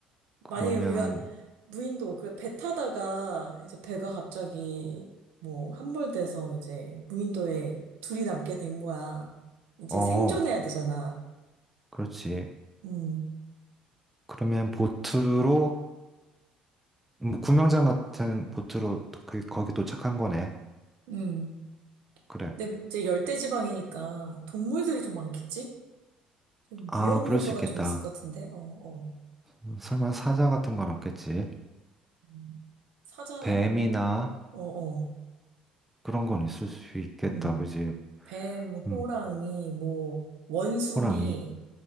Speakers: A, in the centre; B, on the right (about 60°).
A: 그러면,
B: 만약에 우리가 무인도, 그래, 배 타다가 이제 배가 갑자기 뭐 함몰돼서 이제 무인도에 둘이 남게 된 거야. 이제
A: 어,
B: 생존해야 되잖아.
A: 그렇지.
B: 음,
A: 그러면 보트로 음, 구명장 같은 보트로 그, 거기 도착한 거네.
B: 음.
A: 그래.
B: 근데 뭐 이제 열대지방이니까 동물들이 좀 많겠지? 좀
A: 아,
B: 위험
A: 그럴
B: 요소가
A: 수 있겠다.
B: 좀 있을 것 같은데? 어, 어.
A: 음, 설마 사자 같은 건 없겠지?
B: 음. 사자, 어,
A: 뱀이나
B: 어.
A: 그런 건 있을 수 있겠다.
B: 음.
A: 그지?
B: 뱀,
A: 음,
B: 호랑이, 뭐, 원숭이,
A: 호랑이.